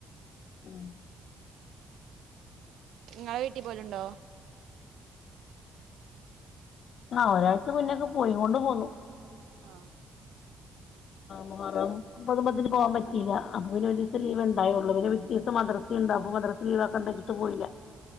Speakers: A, on the left; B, on the right.
A: മം
B: നിങ്ങളെ വീട്ടിൽ പോലുണ്ടോ
A: ആ ഒരാഴ്ച മുന്നക്കെ പോയി കൊണ്ട് പോന്നു
B: ആ
A: മുഹറം ഒമ്പതിനും പത്തിനും പോവാൻ പറ്റില്ല അപ്പൊ ദിവസം ലീവ് ഉണ്ടായുള്ളൂ പിറ്റേദിവസം മദ്രസ മദ്രസ ഉണ്ട് അപ്പം മദ്രസ ലീവ് ആക്കണ്ടാച്ച്ട്ട് പോയിട്ടില്ല